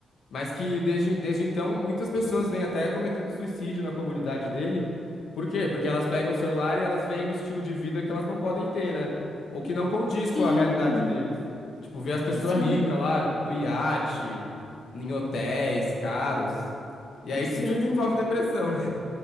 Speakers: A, on the left; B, on the left.
A: Mas que desde, desde então muitas pessoas vêm até cometendo suicídio na comunidade dele. Por quê? Porque elas pegam o celular e elas veem um estilo de vida que elas não podem ter, né? Ou que não condiz com
B: Sim,
A: a realidade deles. Tipo, ver as pessoas
B: sim,
A: ricas lá no iate, em hotéis caros. E aí
B: sim.
A: que você desenvolve depressão, né?